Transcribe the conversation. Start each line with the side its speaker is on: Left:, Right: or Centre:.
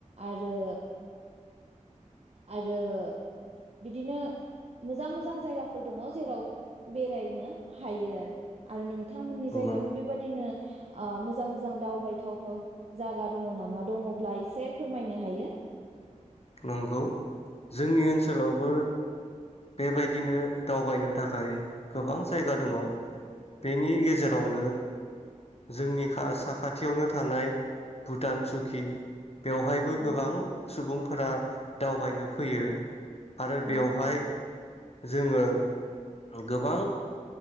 Right: आरो आरो बिदिनो मोजां मोजां जायगाफोर दङ जेराव बेरायनो हायो आरो आरो नों थांमोननि
Left: नंगौ
Right: जायगायावबो बेबायदिनो ओ मोजां मोजां दावबाय थावथाव जागा दङ नामा दङब्ला एसे फोरमायनो हायो
Left: नंगौ जोंनि ओनसोलावबो बेबायदिनो दावबायनो थाखाय गोबां जायगा दङ' बेनि गेजेरावनो जोंनि खा साखाथियावनो थानाय भुटान सुकि बेवहायबो गोबां
Right: औ
Left: सुबुं फोरा दावबायनो फैयो आरो बेवहाय
Right: औ
Left: जोङो गोबां